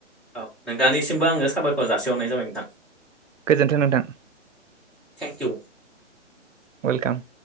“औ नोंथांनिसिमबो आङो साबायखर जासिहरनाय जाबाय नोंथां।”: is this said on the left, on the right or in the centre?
Centre